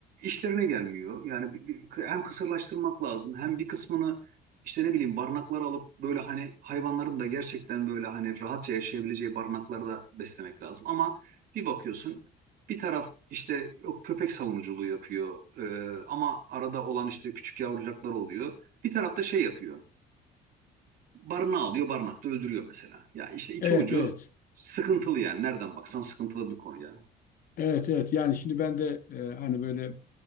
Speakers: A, on the right; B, on the left.
A: işlerine gelmiyor. Yani bi- bi- hem kısırlaştırmak lazım hem bir kısmını işte ne bileyim barınaklara alıp böyle hani hayvanların da gerçekten böyle hani rahatça yaşayabileceği barınaklarda beslemek lazım. Ama bir bakıyorsun bir taraf işte o köpek savunuculuğu yapıyor e, ama arada olan işte küçük yavrucaklar oluyor. Bir taraf da şey yapıyor. Barınağı alıyor barınakta öldürüyor mesela. Ya işte iki
B: Evet
A: ucu
B: evet.
A: sıkıntılı yani nereden baksan sıkıntılı bir konu ya.
B: Evet evet yani şimdi ben de e, hani böyle